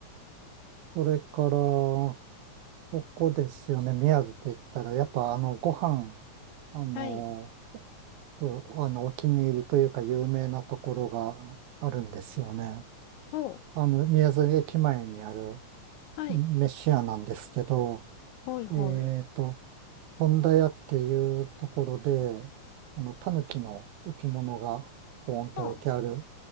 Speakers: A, on the right; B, on the left.
A: それから、そこですよね。宮津と言ったら、やっぱあの、ご飯、あの、
B: はい。
A: うあの、お気に入りというか有名なところがあるんですよね。
B: ほう。
A: あの、宮津駅前にある
B: はい。
A: 飯屋なんですけど、
B: ほいほい。
A: えっと、富田屋っていうところで、あの、狸の置物がポーンと置いてある、
B: ほう。